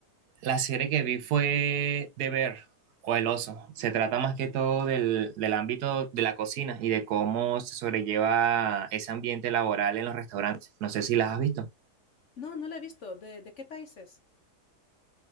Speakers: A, on the right (about 70°); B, on the left (about 60°).
A: la serie que vi fue The Bear o El Oso. Se trata más que todo del, del ámbito de la cocina y de cómo se sobrelleva ese ambiente laboral en los restaurantes. No sé si las has visto.
B: No, no la he visto. ¿De, de qué países?